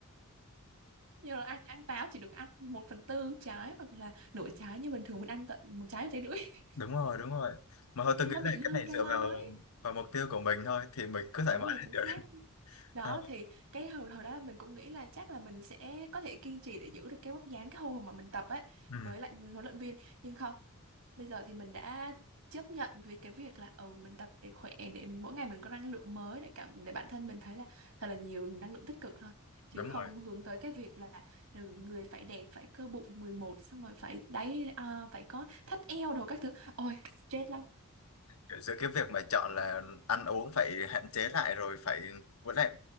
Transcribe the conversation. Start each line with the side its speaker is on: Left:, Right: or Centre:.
Right: <laughs> nhưng mà ăn ăn táo chỉ được ăn một phần tư trái hoặc là nửa trái như bình thường mình ăn tận một trái một trái rưỡi <laughs>
Left: đúng rồi đúng rồi mà thôi
Right: Thế
Left: tôi
Right: Nên
Left: nghĩ
Right: nó bị
Left: là cái
Right: dư
Left: này
Right: calo
Left: dựa vào
Right: ấy
Left: vào mục tiêu của mình thôi thì mình cứ thoải
Right: đúng
Left: mái
Right: rồi chính
Left: là được
Right: xác đó
Left: <laughs>
Right: thì cái hồi hồi đó là mình cũng nghĩ là chắc là mình sẽ có thể kiên trì để giữ được cái vóc dáng cái hồi mà mình tập ấy
Left: Ừ,
Right: với lại huấn luyện viên nhưng không bây giờ thì mình đã chấp nhận với cái việc là ừ mình tập để khỏe để mỗi ngày mình có năng lượng mới để cảm để bản thân mình thấy là thật là nhiều năng lượng tích cực thôi chứ
Left: đúng
Right: không
Left: rồi.
Right: hướng tới cái việc là ừ, người phải đẹp phải cơ bụng 11 xong rồi phải đáy à, phải có thắt eo đồ các thứ ôi stress lắm
Left: Cái- Giữa cái việc mà chọn là ăn uống phải hạn chế lại rồi phải vẫn lại